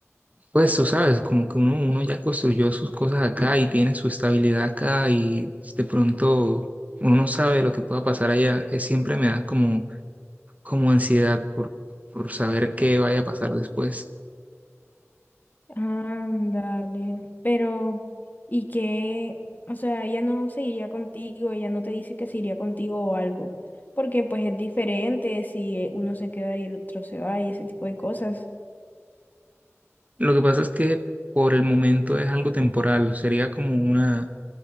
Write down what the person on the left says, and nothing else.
Ándale. Pero, ¿y qué? O sea, ella no se iría contigo, ella no te dice que se iría contigo o algo. Porque pues es diferente si eh, uno se queda y el otro se va y ese tipo de cosas.